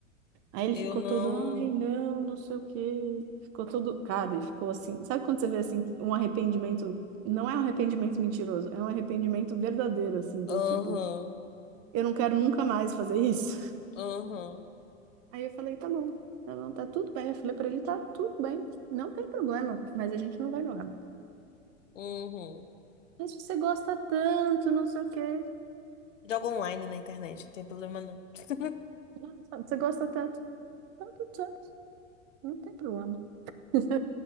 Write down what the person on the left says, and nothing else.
eu
não.
Aham,
aham,
uhum.
Jogo online na internet, não tem problema não. <laughs>